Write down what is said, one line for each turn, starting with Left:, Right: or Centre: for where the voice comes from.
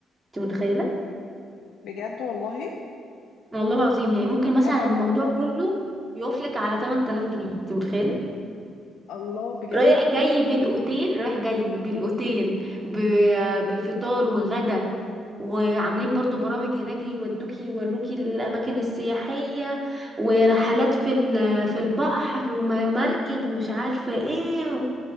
Right: انت متخيله
Left: بجد والله
Right: والله العظيم يعني ممكن
Left: طب
Right: مثلا
Left: حلو قوي
Right: الموضوع
Left: الموضوع
Right: كله
Left: ده
Right: يقفلك على 8000 جنيه انت متخيله
Left: الله بجد
Right: رايح جاي بالاوتيل رايح جاي بالاوتيل ب... بالفطار وغدا وعاملين برضو برامج هناك يودوكي يوروكي الاماكن السياحيه ورحلات في ال... في البحر ومركب ومش عارفه ايه